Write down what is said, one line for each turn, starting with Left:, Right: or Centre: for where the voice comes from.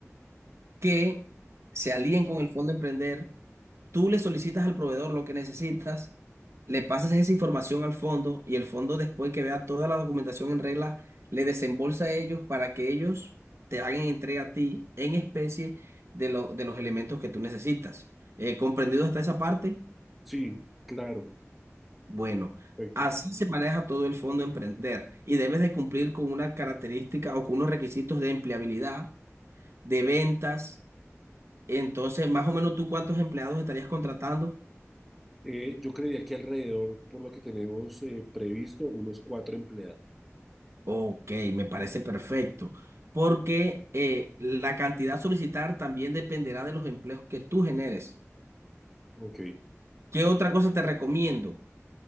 Right: que se alíen con el fondo Emprender Tú le solicitas al proveedor lo que necesitas, le pasas esa información al fondo y el fondo después que vea toda la documentación en regla, le desembolsa a ellos para que ellos te hagan entrega a ti en especie de, lo- de los elementos que tú necesitas. Eh, ¿comprendido hasta esa parte?
Centre: Sí, claro,
Right: Bueno,
Centre: perfecto.
Right: así se maneja todo el fondo emprender y debes de cumplir con una característica o con unos requisitos de empleabilidad, de ventas. Entonces, más o menos tú cuántos empleados estarías contratando.
Centre: Eh, yo creería que alrededor, por lo que tenemos eh, previsto, unos cuatro empleados.
Right: Ok, me parece perfecto, porque eh, la cantidad a solicitar también dependerá de los empleos que tú generes.
Centre: Ok.
Right: ¿Qué otra cosa te recomiendo?